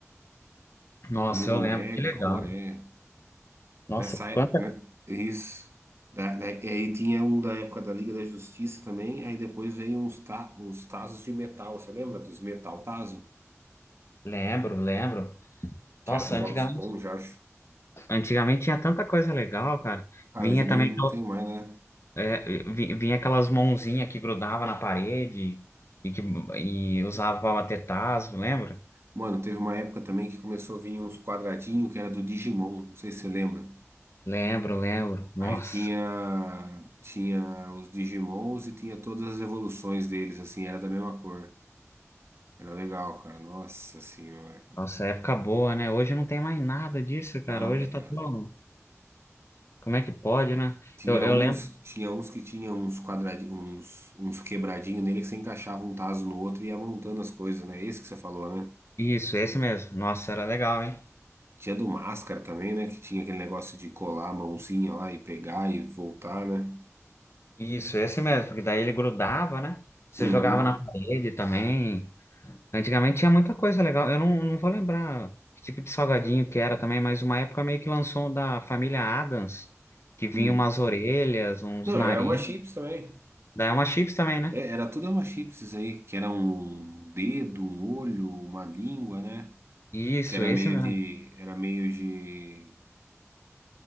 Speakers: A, on the left; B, on the right.
A: Nossa,
B: Noruega,
A: eu lembro. Que legal.
B: Coreia.
A: Nossa,
B: Nessa, é-
A: quanta...
B: né, isso. Da, da- e aí tinha um da época da Liga da Justiça também, aí depois veio uns, ta, uns tazos de metal, você lembra dos metal tazo?
A: Lembro, lembro.
B: Que
A: Nossa,
B: era do
A: antigamente,
B: Bob Esponja, acho.
A: antigamente tinha tanta coisa legal, cara.
B: Cara,
A: Vinha
B: hoje em
A: também
B: dia não tem mais, né?
A: É, vi- vinha aquelas mãozinhas que grudava na parede e que e usava até tazo, lembra?
B: Mano, teve uma época também que começou a vir uns quadradinhos que era do Digimon, não sei se você lembra.
A: Lembro, lembro. Nossa,
B: Aí tinha tinha os Digimons e tinha todas as evoluções deles, assim, era da mesma cor. Era legal, cara. Nossa senhora, cara.
A: nossa, época boa, né? Hoje não tem mais nada disso,
B: Nada,
A: cara. Hoje tá
B: cara.
A: tão. Como é que pode, né?
B: Tinha
A: Eu, eu
B: uns,
A: lembro.
B: tinha uns que tinha uns quadradinhos, uns, uns quebradinhos nele que você encaixava um taso no outro e ia montando as coisas, né? Esse que você falou, né?
A: Isso, esse mesmo. Nossa, era legal, hein?
B: Tinha do Máscara também, né? Que tinha aquele negócio de colar a mãozinha lá e pegar e voltar, né?
A: Isso, esse mesmo, porque daí ele grudava, né? Você
B: Uhum.
A: jogava na parede também. Antigamente tinha muita coisa legal. Eu não, não vou lembrar que tipo de salgadinho que era também, mas uma época meio que lançou um da família Adams, que vinha
B: Uhum.
A: umas orelhas, uns
B: Não,
A: nariz.
B: era uma chips também.
A: Daí é uma chips também, né?
B: É, era tudo uma chips aí, que era um dedo, um olho, uma língua, né?
A: Isso,
B: Que era
A: esse
B: meio
A: mesmo.
B: de, era meio de,